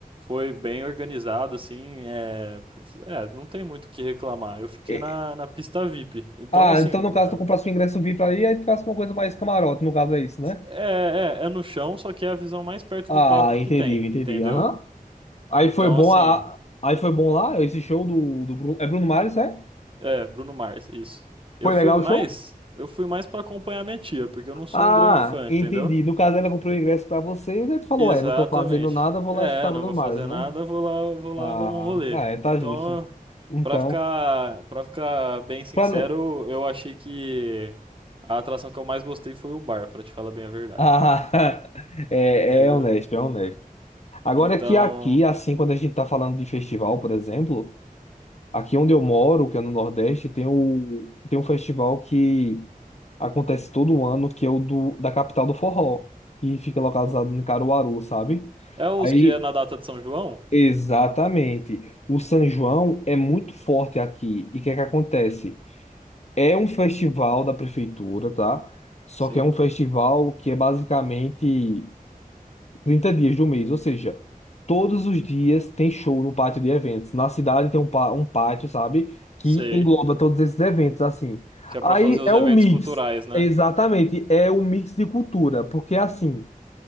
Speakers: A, on the right (about 35°); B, on the left (about 50°).
A: foi bem organizado, assim. É, é, não tem muito o que reclamar. Eu fiquei
B: E-
A: na, na pista VIP. Então,
B: Ah,
A: assim,
B: então no caso
A: a-
B: tu comprasse um ingresso VIP aí, aí ficasse uma coisa mais camarote, no caso é isso, né?
A: é, é, é no chão, só que é a visão mais perto
B: Ah,
A: do palco
B: entendi,
A: que tem,
B: entendi.
A: entendeu?
B: Aham. Aí
A: Então,
B: foi bom
A: assim.
B: a, aí foi bom lá esse show do, do Bruno, é Bruno Mars, é?
A: É, Bruno Mars, isso. Eu
B: Foi
A: fui
B: legal
A: mais,
B: o show?
A: eu fui mais para acompanhar minha tia, porque eu não sou
B: Ah,
A: um grande fã,
B: entendi.
A: entendeu?
B: No caso, ela comprou o ingresso pra vocês, aí tu falou,
A: Exatamente.
B: é, não tô fazendo nada, vou
A: É,
B: lá escutar
A: não
B: Bruno
A: vou
B: Mars,
A: fazer
B: né?
A: nada, vou lá, vou lá
B: Ah,
A: dar um rolê.
B: ah, é, tá
A: Então,
B: justo. Então,
A: pra ficar, para ficar bem sincero,
B: pra não.
A: eu achei que a atração que eu mais gostei foi o bar, pra te falar bem a verdade,
B: Ah, <laughs> é,
A: <laughs> entendeu?
B: é honesto, é honesto. Agora
A: Então,
B: é que aqui, assim, quando a gente tá falando de festival, por exemplo, aqui onde eu moro, que é no Nordeste, tem o, tem um festival que acontece todo um ano, que é o do, da capital do forró, que fica localizado em Caruaru, sabe?
A: é os
B: Aí,
A: que é na data de São João?
B: exatamente. O São João é muito forte aqui. E o que é que acontece? É um festival da prefeitura, tá? Só
A: Sim,
B: que é um festival que é basicamente 30 dias do mês, ou seja, todos os dias tem show no pátio de eventos. Na cidade tem um, pá- um pátio, sabe? Que
A: sei,
B: engloba todos esses eventos, assim.
A: que é
B: Aí
A: pra fazer os
B: é
A: eventos
B: um mix,
A: culturais, né?
B: exatamente, é um mix de cultura, porque assim,